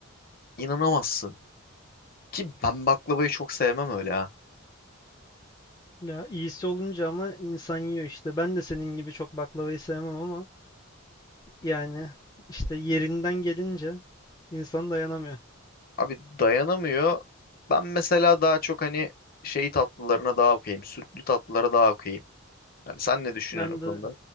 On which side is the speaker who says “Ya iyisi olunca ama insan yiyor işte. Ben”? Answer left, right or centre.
Left